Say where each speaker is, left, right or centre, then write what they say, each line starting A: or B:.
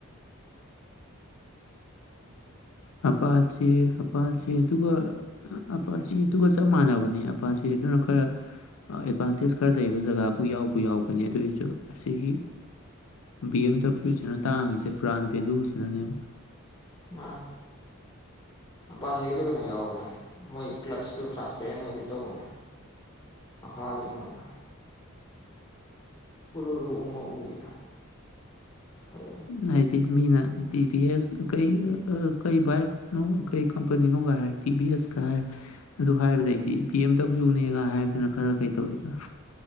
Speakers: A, on the left; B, on the left.
A: ꯍꯥꯄꯥꯜꯆꯦ ꯍꯥꯄꯥꯜꯆꯤ ꯑꯗꯨꯒ ꯑꯄꯥꯆꯤꯗꯨꯒ ꯆꯞ ꯃꯥꯟꯅꯕꯅꯤ ꯑꯄꯥꯆꯤ ꯑꯗꯨꯅ ꯈꯔ ꯑꯦꯗꯚꯥꯟꯇꯦꯖ ꯈꯔ ꯂꯩꯕ ꯖꯒꯥꯕꯨ ꯌꯥꯎꯕꯨ ꯌꯥꯎꯕꯅꯦ ꯑꯗꯨ ꯑꯣꯏꯔꯁꯨ ꯑꯁꯤꯒꯤ ꯕꯤ ꯑꯦꯝ ꯗꯕ꯭ꯂꯤꯎꯁꯤꯅ ꯇꯥꯡꯉꯤꯁꯦ ꯕ꯭ꯔꯥꯟ ꯚꯦꯂꯨꯁꯤꯅꯅꯦꯕ
B: ꯃꯥꯟ ꯑꯄꯥꯖꯤꯒꯤ ꯑꯗꯨ ꯀꯩꯅꯣ ꯌꯥꯎꯕꯅꯦ ꯃꯣꯏꯒꯤ ꯀ꯭ꯂꯠꯁꯇꯨ ꯇ꯭ꯔꯥꯟꯁꯄꯦꯔꯦꯟ ꯑꯣꯏꯒꯦ ꯇꯧꯕꯅꯦ ꯃꯈꯥꯒꯤ ꯀꯩꯅꯣꯗꯣ ꯎꯔꯨ ꯔꯨ ꯎꯡꯉ ꯎꯕꯤꯗꯣ ꯐꯔꯦ
A: ꯍꯥꯏꯗꯤ ꯃꯤꯅ ꯇꯤ ꯕꯤ ꯑꯦꯁ ꯀꯩ ꯀꯩ ꯕꯥꯏꯛ ꯅꯣ ꯀꯩ ꯀꯝꯄꯅꯤ ꯅꯣ ꯀꯥ ꯍꯥꯢ ꯇꯤꯕꯤ ꯑꯦꯁ ꯀ ꯍꯥꯢ ꯑꯗꯨ ꯍꯥꯏꯕꯗꯩꯗꯤ ꯕꯤ ꯑꯦꯝ ꯗꯕ꯭ꯂꯤꯎꯅꯦꯒ ꯍꯥꯏꯕꯗꯨꯅ ꯈꯔ ꯀꯩ ꯇꯧꯋꯤꯗꯅ